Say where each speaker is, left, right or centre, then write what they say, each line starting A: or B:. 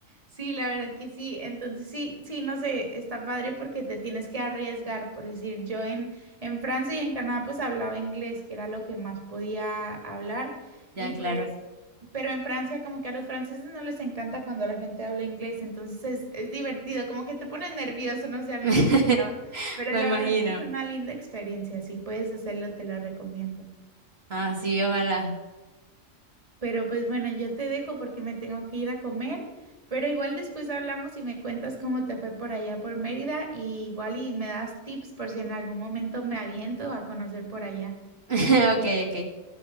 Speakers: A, on the right; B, on the right.
A: Sí, la verdad que sí. Entonces sí, sí, no sé, está padre porque te tienes que arriesgar, por decir, yo en, en Francia y en Canadá pues hablaba inglés, que era lo que más podía hablar,
B: Ya,
A: y pues,
B: claro.
A: pero en Francia como que a los franceses no les encanta cuando la gente habla inglés, entonces es, es divertido, como que te pones nervioso, no sé, a mí
B: <laughs>
A: me pasaba, pero
B: Me
A: la
B: imagino.
A: verdad que es una linda experiencia, si puedes hacerlo, te lo recomiendo.
B: Ah, sí, ojalá.
A: Pero pues bueno, yo te dejo porque me tengo que ir a comer, pero igual después hablamos y me cuentas cómo te fue por allá por Mérida y igual y me das tips por si en algún momento me aviento a conocer por allá.
B: <laughs> Ok, ok.